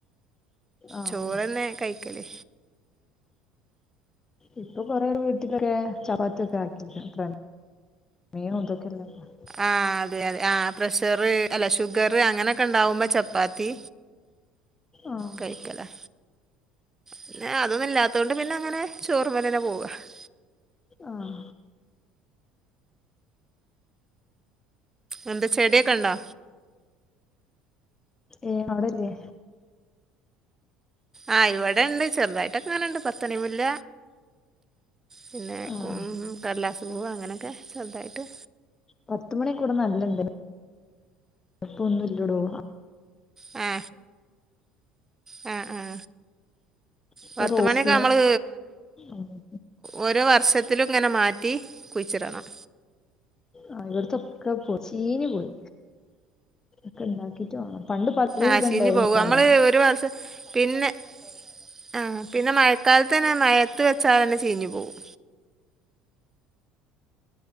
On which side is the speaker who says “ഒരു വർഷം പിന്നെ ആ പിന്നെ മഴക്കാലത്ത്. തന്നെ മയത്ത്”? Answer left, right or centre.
Right